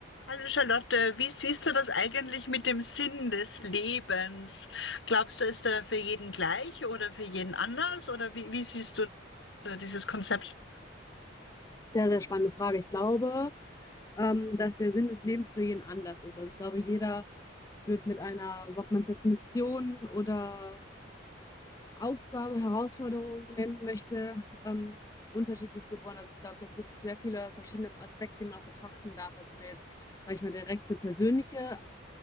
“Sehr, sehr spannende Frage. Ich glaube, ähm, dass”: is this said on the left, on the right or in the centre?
Left